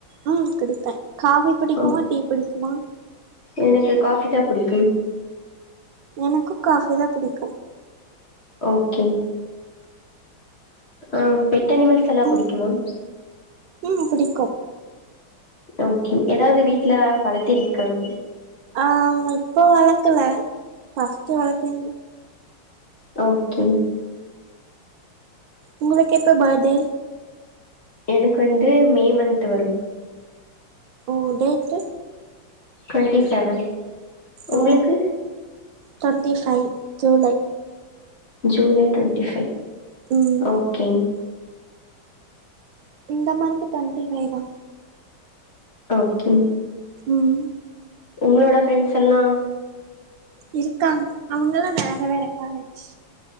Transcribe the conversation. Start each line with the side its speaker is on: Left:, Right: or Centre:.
Right: ஆ குடிப்பே காஃபி பிடிக்குமா
Left: ஆ
Right: டீ பிடிக்குமா
Left: எனக்கு காஃபி தா பிடிக்கு
Right: எனக்கு காஃபி தா பிடிக்கு
Left: ஓகே ஆ பெட் அனிமல்ஸ் எல்லா
Right: ம்
Left: பிடிக்குமா
Right: ம் பிடிக்கும்
Left: ஓகே ஏதாவது வீட்ல வளர்த்துருக்கிங்
Right: ஆ இப்போ வளக்கல ஃபஸ்ட்டு வளத்தேங்
Left: ஓக்கே
Right: உங்களுக்கு எப்போ பேர்டே
Left: எனக்கு வந்து மே மந்த்து வரும்
Right: ஓ டேட்டு
Left: டொன்டீ செவன் உங்களுக்கு
Right: ஓ twenty five July
Left: July twenty five
Right: ம்
Left: ஓக்கே
Right: இந்த மன்த்து டொண்ட்டி ஃபை தா
Left: ஓகே
Right: ம்
Left: உங்களோட ஃபிரெண்ட்ஸ் எல்லா
Right: இருக்காங் அவுங்கலா வேற வேற காலஜ்